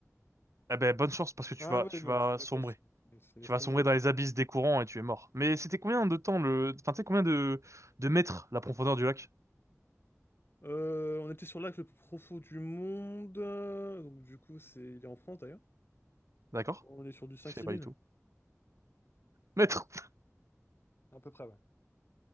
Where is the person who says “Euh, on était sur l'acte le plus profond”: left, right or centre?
Left